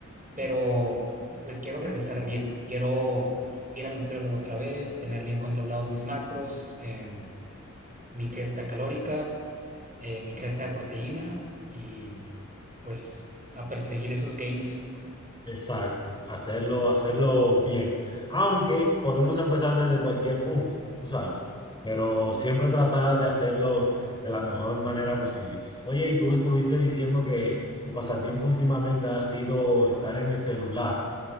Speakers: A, on the right; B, on the left.
A: pero pues quiero regresar bien. Quiero ir al nutriólogo otra vez, tener bien controlados mis macros, em, mi ingesta calórica eh, mi ingesta de proteína y pues a perseguir esos gains.
B: Exacto, hacerlo, hacerlo bien. Aunque podemos empezar desde cualquier punto, tú sabes, pero siempre tratar de hacerlo de la mejor manera posible. Oye, y tú estuviste diciendo que tu pasatiempo últimamente ha sido estar en el celular.